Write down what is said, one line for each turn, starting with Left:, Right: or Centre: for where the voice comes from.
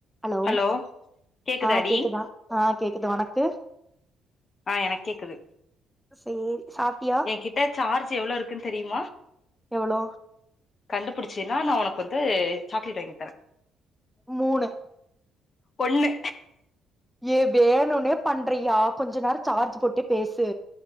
Centre: allow
Left: hello கேக்குதாடி
Centre: ஆ கேக்குதா ஆ கேக்குது ஒனக்கு
Left: ஆ எனக் கேக்குது
Centre: சேரி சாப்ட்டியா
Left: எங்கிட்ட சார்ஜ் எவ்ளோ இருக்குன் தெரியுமா
Centre: எவ்ளோ
Left: கண்டுபிடிச்சினா நா உனக்கு வந்து சாக்லேட் வாங்கி தரே
Centre: மூணு
Left: ஒண்ணு
Centre: ஏ வேணுனே பண்ட்றியா கொஞ்ச நேர சார்ஜ் போட்டே பேசு